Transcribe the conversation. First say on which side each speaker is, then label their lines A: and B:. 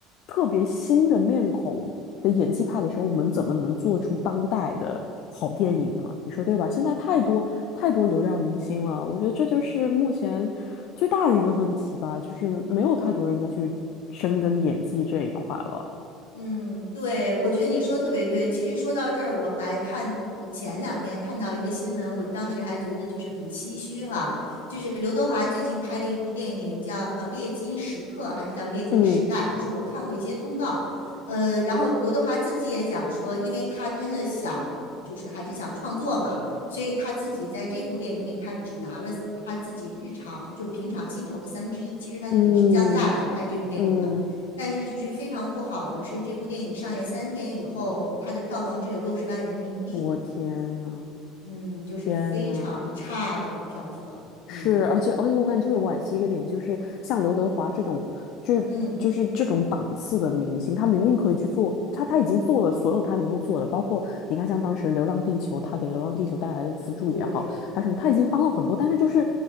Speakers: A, on the left; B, on the left.
A: 特别新的面孔。的演技派的时候，我们怎么能做出当代的好电影呢？你说对吧？现在太多太多流量明星了，我觉得这就是目前最大的一个问题吧，就是没有太多人再去深耕演技这一块了。
B: 嗯，对，我觉得你说得特别对。其实说到这儿，我还看前两天看到一个新闻，我当时还觉得就是很唏嘘哈。就是刘德华最近拍了一部电影叫《猎金时刻》，还是叫《猎金时代》？
A: 嗯
B: 就是我看过一些通告，呃，然后刘德华自己也讲说，因为他真的想，就是还是想创作嘛，所以他自己在这部电影里，他只拿了他自己日常就平常薪酬的三分之一，其实他就等于是降价来拍这部电影了。
A: 嗯嗯，
B: 但是就是非常不好的是，这部电影上映三天以后，它的票房只有六十万人民币，
A: 我天呐，
B: 嗯，就是非常差的票房，
A: 天呐！
B: 嗯
A: 是，而且而且我感觉特别惋惜一个点，就是像刘德华这种，就就是这种档次的明星，
B: 嗯，
A: 他明明可以去做，他他已经做了所有他能够做的，包括你看像当时《流浪地球》，他给《流浪地球》带来的资助也好，
B: 呃对对，
A: 还有什么，他已经帮了很多，但是就是